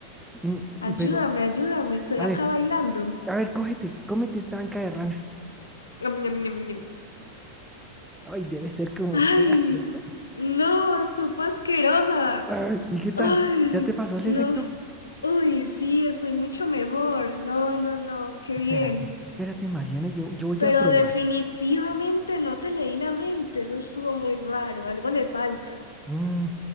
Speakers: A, in the centre; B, on the left (about 75°).
A: Mm,
B: Ayúdame,
A: pero,
B: ayúdame, estoy
A: a
B: acá
A: ver,
B: bailando.
A: a ver, cógete, cómete esta anca de rana.
B: Ñam, ñam, ñam, ñam.
A: Ay, debe ser como
B: Ay,
A: fea, ¿cierto?
B: no, supo asquerosa.
A: Ay, ¿y qué
B: Ay,
A: tal? ¿Ya te pasó el
B: no.
A: efecto?
B: Uy, sí, estoy mucho mejor. No, no, no, qué bien.
A: Espérate, espérate, Mariana, yo, yo voy
B: Pero
A: a probar.
B: definitivamente no te leí la mente. Eso estuvo muy raro. Algo le falta.
A: Mm,